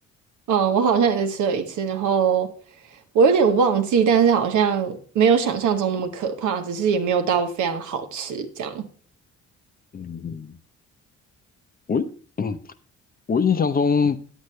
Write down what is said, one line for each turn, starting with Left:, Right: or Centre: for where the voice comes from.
Right: 嗯，我好像也是吃了一次，然后我有点忘记，但是好像没有想象中那么可怕，只是也没有到非常好吃这样。
Left: 嗯，我 <coughs> <clears throat> 我印象中